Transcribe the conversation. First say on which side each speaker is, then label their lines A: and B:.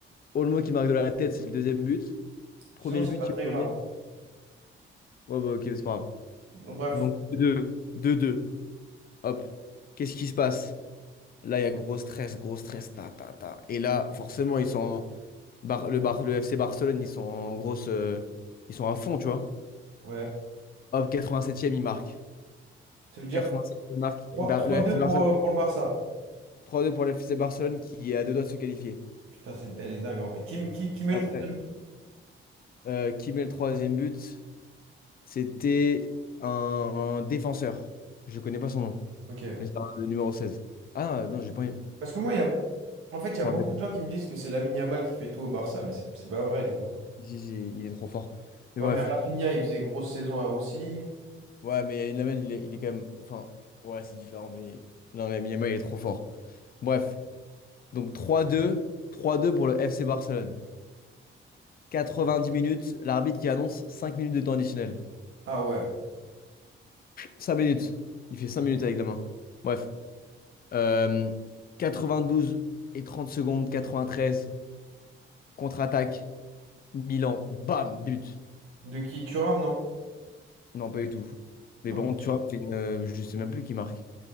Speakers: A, on the left (about 45°); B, on the right (about 80°).
A: Olmo qui marque de la tête, c'est le deuxième but. Premier
B: Sinon, c'est
A: but,
B: pas très
A: ils
B: grave.
A: reviennent.
B: hein.
A: Ouais, bah ok, mais c'est pas grave.
B: Bon, Bref,
A: Donc deux deux deux Hop. Qu'est-ce qui se passe? Là, il y a gros stress, gros stress. Ta, ta, ta. Et là, forcément, ils sont. Bar- le, Bar- le FC Barcelone, ils sont en grosse. euh, ils sont à fond, tu vois.
B: ouais.
A: Hop, 87e, ils marquent.
B: Ça veut dire
A: 87e, ils marquent.
B: trois,
A: Bar-
B: trois,
A: le
B: deux
A: FC Barcelone,
B: pour, euh, pour le Barça.
A: 3-2 pour le FC Barcelone qui est à deux doigts de se qualifier.
B: Putain, c'est, elle est dingue en vrai. Qui, met- qui, qui met
A: Après,
B: le troisième but?
A: euh, qui met le troisième but? C'était un, un défenseur. Je connais pas son nom,
B: Ok.
A: mais c'est un- le numéro 16. Ah non, j'ai pas. eu-
B: Parce que moi, il y a... En fait, il
A: Je
B: y a beaucoup
A: me rappelle.
B: de gens qui me disent que c'est Lamine Yamal qui fait tout au Barça, mais c'est c'est pas vrai, du coup.
A: Si, si, il est trop fort. Mais
B: Ouais,
A: bref.
B: mais Rafinha, il faisait grosse saison hein, aussi.
A: Ouais, mais Lamine, il est, il est quand même. Enfin, ouais, c'est différent, mais. Non, Lamine Yamal, il est trop fort. Bref. Donc trois deux, trois deux pour le FC Barcelone. 90 minutes, l'arbitre qui annonce 5 minutes de temps additionnel.
B: Ah ouais.
A: 5 minutes. Il fait cinq minutes avec la main. Bref. Euh, douze et 30 secondes, 93. contre-attaque, Milan, bam, but.
B: De qui? Thuram, non?
A: Non, pas du tout. Mais
B: Ah,
A: bon,
B: ok.
A: tu vois, c'est une, euh, je sais même plus qui marque.